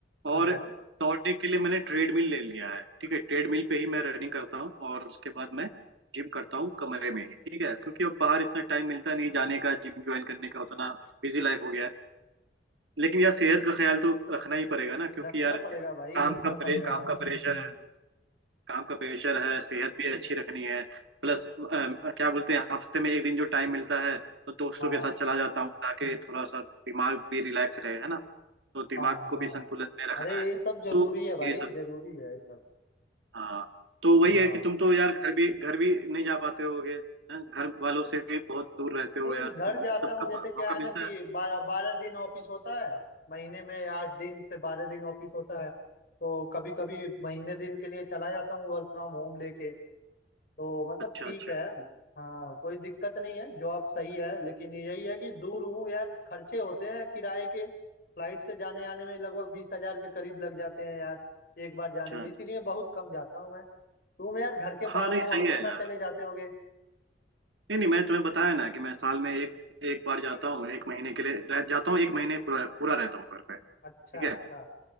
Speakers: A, on the left; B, on the right.
A: हाँ
B: और दौड़ने के लिए मैंने ट्रेडमिल ले लिया है ठीक है ट्रेडमिल पे ही मैं रनिंग करता हूँ और उसके बाद मैं जिम करता हूँ कमरे में ही ठीक है क्योंकि अब बाहर इतना टाइम मिलता नहीं जाने का जिम ज्वाइन करने का उतना बिजी लाइफ हो गया है लेकिन यार सेहत का ख्याल तो रखना ही पड़ेगा ना क्योंकि
A: रखना
B: यार
A: पड़ेगा भाई
B: काम
A: रखना
B: का प्रे,
A: पड़ेगा
B: काम का प्रेशर
A: हम्म,
B: है काम का प्रेशर है सेहत भी अच्छी रखनी है प्लस क्या बोलते हैं हफ्ते में एक दिन जो टाइम मिलता है तो दोस्तों
A: हाँ
B: के साथ चला जाता हूँ ताकि थोड़ा सा दिमाग भी रिलैक्स रहे है ना तो दिमाग
A: हाँ
B: को
A: हाँ
B: भी संतुलन में रखना
A: अरे
B: है
A: ये सब जरूरी
B: तो
A: है भाई
B: ये सब
A: जरूरी है ये सब
B: हाँ तो वही
A: हाँ
B: है कि तुम तो यार घर भी घर भी नहीं जा पाते होगे हैं? घर वालों से भी बहुत दूर रहते हो
A: नहीं
B: यार
A: घर
B: तुम
A: जाता
B: मतलब
A: हूँ
B: कब
A: जैसे
B: मौका
A: क्या है
B: मिलता
A: ना कि
B: है
A: बारह बारह दिन ऑफिस होता है महीने में आठ दिन से बारह दिन ऑफिस होता है तो कभी कभी महीने दिन के लिए चला जाता हूँ वर्क फ्रॉम होम लेके तो मतलब
B: अच्छा
A: ठीक
B: अच्छा
A: है हाँ कोई दिक्कत नहीं है जॉब सही है लेकिन यही है कि दूर हूँ यार खर्चे होते हैं किराए के फ्लाइट से जाने आने में लगभग बीस हजार के करीब लग जाते हैं यार एक बार जाने
B: अच्छा
A: में
B: अच्छा।
A: इसीलिए बहुत कम जाता हूँ मैं तुम यार घर के
B: हाँ
A: पास
B: नहीं
A: हो
B: सही
A: हमेशा
B: है यार
A: चले जाते होगे
B: नहीं नहीं मैंने तुम्हें बताया ना कि मैं साल में एक एक बार जाता हूँ एक महीने के लिए रह जाता हूँ एक महीने पूरा पूरा रहता हूँ घर पे
A: अच्छा
B: ठीक है
A: अच्छा